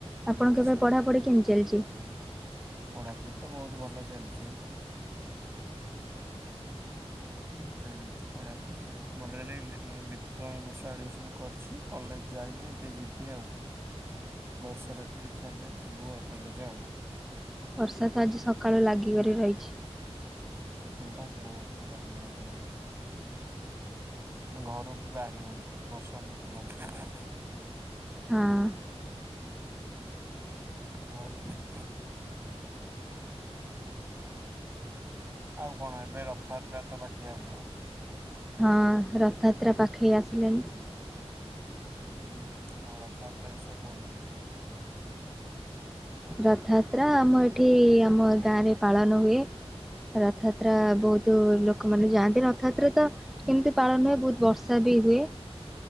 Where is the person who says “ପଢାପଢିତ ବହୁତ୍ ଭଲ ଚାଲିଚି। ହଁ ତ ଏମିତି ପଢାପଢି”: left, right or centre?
Right